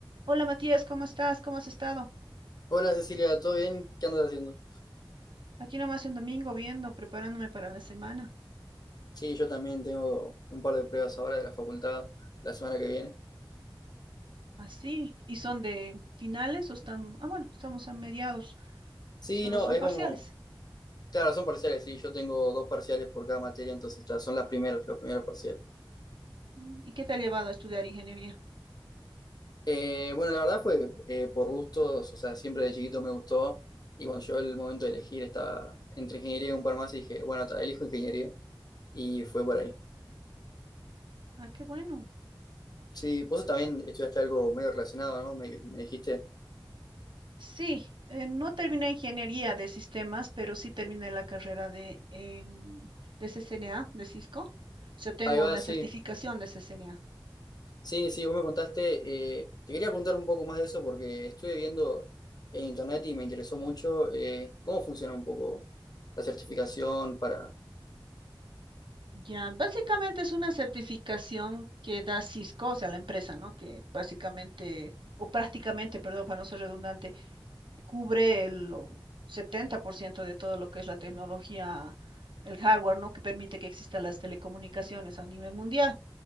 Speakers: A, on the right; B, on the left.
A: Hola Matías, ¿cómo estás? ¿Cómo has estado?
B: Hola Cecilia, ¿todo bien? ¿Qué andas haciendo?
A: Aquí nomás en domingo viendo, preparándome para la semana.
B: Sí, yo también tengo un par de pruebas ahora de la facultad la semana que viene.
A: Así. ¿Y son de finales o están? Ah, bueno, estamos a mediados.
B: Sí,
A: Solo
B: no,
A: son
B: es
A: parciales.
B: como, claro, son parciales, sí, yo tengo dos parciales por cada materia, entonces ta, son las primeros, los primeros parciales.
A: Mm, ¿Y qué te ha llevado a estudiar ingeniería?
B: Eh, bueno, la verdad fue eh, por gustos, o sea, siempre de chiquito me gustó y cuando llegó el momento de elegir estaba entre ingeniería y un par más y dije, bueno, ta, elijo ingeniería y fue por ahí.
A: Ah, qué bueno.
B: Sí, vos también estudiaste algo medio relacionado, ¿no? Me, me dijiste,
A: Sí, eh, no terminé ingeniería de sistemas, pero sí terminé la carrera de, em, de CCNA, de Cisco. O sea, tengo
B: ahí va,
A: la
B: sí.
A: certificación de CCNA.
B: Sí, sí, vos me contaste. eh, te quería preguntar un poco más de eso porque estuve viendo en internet y me interesó mucho eh, cómo funciona un poco la certificación para...
A: Ya, básicamente es una certificación que da Cisco, o sea, la empresa, ¿no? Que básicamente, o prácticamente, perdón, para no ser redundante, cubre el o, 70% de todo lo que es la tecnología, el hardware, ¿no? Que permite que existan las telecomunicaciones a nivel mundial.